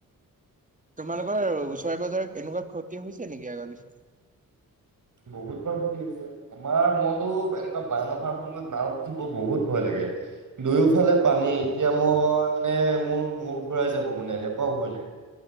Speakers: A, on the right (about 20°); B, on the right (about 55°).
A: তোমালোকৰ ওচৰে পজাৰ এনেকুৱা ক্ষতি হৈছে নেকি আগাৰ পিছে।
B: বহুত বা ক্ষতি হৈছে। আমাৰ মইতো এনেকুৱা বান অহাৰ সময়ত নাও উঠিব বহুত ভয় লাগে। দুয়োফালে পানী এতিয়া মোৰ মানে মোৰ মূৰ ঘূৰাই যাব মানে এনেকুৱাও ভয় লাগে।